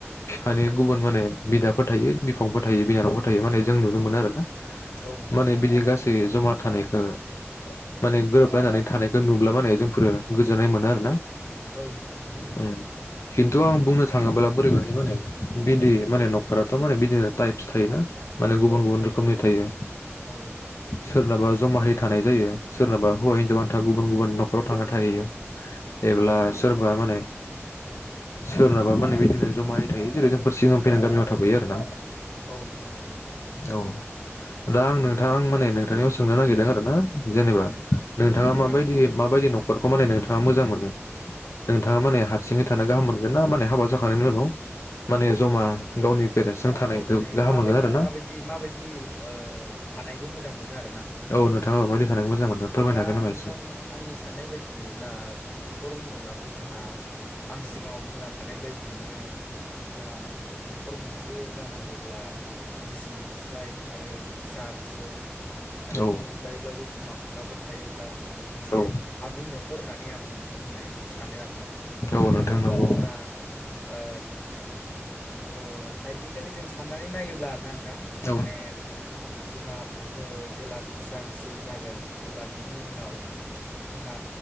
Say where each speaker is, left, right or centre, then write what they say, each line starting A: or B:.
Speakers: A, on the left; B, on the left.
A: बिफानि गुबुन माने बिदाफोर थायो बिफंफोर थायो बिनानावफोर थायो माने जों मोनो आरोना
B: औ नोंथां
A: माने
B: औ
A: बिदि गासै जमा थानायखो माने गोरोबलायनानै थानायखौ नुब्ला माने जोंफोरो गोजोननाय मोनो आरो ना।
B: औ नोंथां औ
A: उम खिन्थु आं बुंनो थाङोब्ला बोरै बेरैहाय माने बिदि माने
B: औ
A: न'खराथ' माने बिदिनो टाइप्स थायोना माने गुबुन
B: औ नोंथां
A: गुबुन रोखोमनि
B: औ नोंथां औ
A: थायो।
B: औ
A: सोरनाबा जमाहै थानाय जायो सोरनाबा हौवा हिनजाव आन्था गुबुन गुबुन न'खराव थांना थाहैयो। ब्ला सोरबा माने सोरनाबा माने बिदिनो जमायै थायो जेरै जोंफोर सिगां फैनानै गामियाव थाफैयो आरोना
B: नोंथां औ
A: औ, दा आं नोंथां माने नोंथांनियाव सोंनो नागिरदों आरो ना जेनेबा
B: औ नोंथां
A: नोंथाङा
B: दे
A: माबायदि
B: हागोन दे
A: माबायदि न'खरखौ माने नोंथाङा मोजां मोनो? नोंथाङा माने हारसिङै थानो गाहाम मोनगोन ना माने हाबा जाखांनायनि उनाव माने जमा गावनि पेरेन्टसजों थानायखौ
B: औ माने
A: गाहाम
B: माबायदि
A: मोनगोन आरो ना
B: माबायदि माबायदि ओ थानायखौ मोजां मोनो आरो
A: औ नोंथाङा माबायदि थानायखौ मोजां मोनो? फोरमायनो
B: दा
A: हागोन नामा
B: नोंथां
A: एसे
B: आंनि साननाय बायदियैब्ला न'खर होनोब्लाथ' जोंहा आं सिगाङाव बुंलांखानाय बायदियैनो जोंहा न'खर मोनस से जानांगौब्ला बिजि फिसाय आरो फिसा फिसौ आरो
A: औ
B: बिनि अनगायैब्लाबो बिमा फिफाफोर थायोब्ला मोनसे
A: औ
B: आबुं न'खर होननानै आं बुंनाय सानो आरोना। मानो
A: औ नोंथां
B: होनोब्ला
A: नंगौ
B: जोंहा ओ ओ टाइपपिकेलि जों साननानै नायोब्ला आरोना नोंथां
A: औ
B: माने जोंहा ओ जेला फिसा फिसौ जागोन अब्ला बिनि उनाव जोंहा